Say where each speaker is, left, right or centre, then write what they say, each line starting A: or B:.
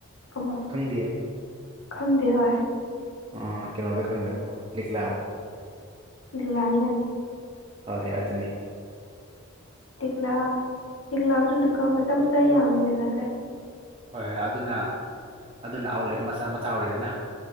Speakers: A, on the left (about 75°); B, on the right (about 25°).
A: ꯀꯃꯟ
B: ꯈꯪꯗꯦ
A: ꯈꯪꯗꯦ ꯍꯣꯏ
B: ꯑ ꯀꯩꯅꯣꯗꯣ ꯈꯪꯗꯕ꯭ꯔꯣ ꯂꯤꯛꯂꯥꯗꯣ
A: ꯂꯤꯛꯂꯥꯗꯤ ꯈꯡꯒꯦ
B: ꯍꯣꯏ ꯍꯣꯏ ꯑꯗꯨꯅꯤ
A: ꯂꯤꯛꯂꯥ ꯂꯤꯛꯂꯥꯁꯨ ꯗꯨꯀꯥꯟ ꯃꯆꯥ ꯃꯆꯥ ꯌꯥꯝꯃꯤꯗꯅ ꯀꯣ
B: ꯍꯣꯏ ꯍꯣꯏ ꯑꯗꯨꯅ ꯑꯗꯨꯅ ꯑꯥꯎꯂꯦꯠ ꯃꯆꯥ ꯃꯆꯥ ꯑꯣꯏꯗꯅ